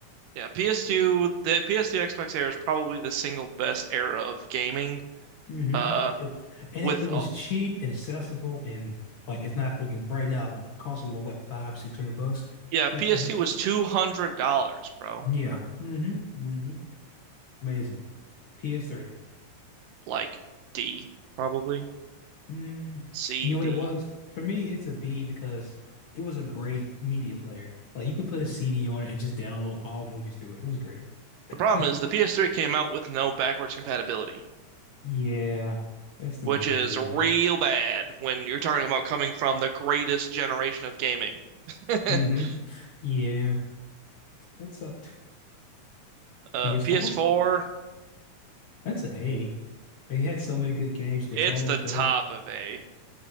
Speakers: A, on the right (about 80°); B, on the left (about 55°).
A: yeah, PS2, the PS2 Xbox era is probably the single best era of gaming.
B: hmm
A: Uh,
B: It, and
A: with
B: it, it was
A: all.
B: cheap and accessible and like it's not freaking right now. It costs a little what five, six hundred bucks.
A: Yeah, PS2
B: Like um,
A: was two hundred dollars, bro.
B: yeah. hmm hmm Amazing. PS3.
A: Like D, probably
B: Mm,
A: C,
B: you know what
A: D.
B: it was? For me, it's a B because it was a great media player. Like you could put a CD on it and just download all movies to it. It was great.
A: The problem
B: <laughs>
A: is the PS3 came out with no backwards compatibility,
B: Yeah, that's the
A: which
B: main
A: is
B: issue.
A: real
B: eh?
A: bad when you're talking about coming from the greatest generation of gaming. <laughs>
B: Mm-hmm. Yeah, that sucked.
A: Uh,
B: PS4?
A: PS4,
B: That's an A. Like, it had so many good games. The controller
A: it's the
B: was dope.
A: top of A.